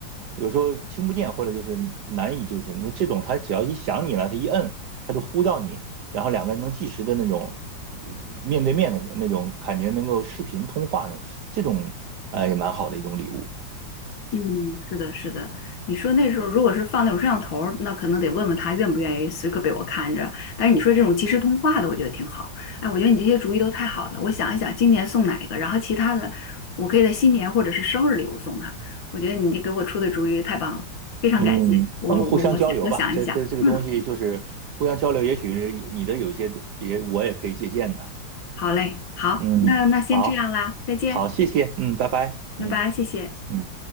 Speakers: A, on the right; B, on the left.
A: 有时候听不见，或者就是难以，就是那这种，他只要一想你了，他一摁，他就呼到你，然后两个人能即时的那种呃面对面的那种感觉，能够视频通话的这种，呃，也蛮好的一种礼物。
B: 嗯，是的，是的。你说那时候如果是放那种摄像头儿那可能得问问他愿不愿意时刻被我看着。但是你说这种即时通话的，我觉得挺好。哎，我觉得你这些主意都太好了。我想一想，今年送哪一个，然后其他的，我可以在新年或者是生日礼物送他。我觉得你这给我出的主意太棒了，非常感谢。
A: 嗯，
B: 我我我想我想一想，
A: 我们互相交流吧，这这这个东西就是互相交流，
B: 嗯，
A: 也许你的有些也我也可以借鉴的。
B: 好嘞，好，
A: 嗯，
B: 那那先这样啦，
A: 好，
B: 再见，
A: 好，谢谢，嗯，拜拜，
B: 拜拜，
A: 嗯
B: 谢谢。
A: 嗯。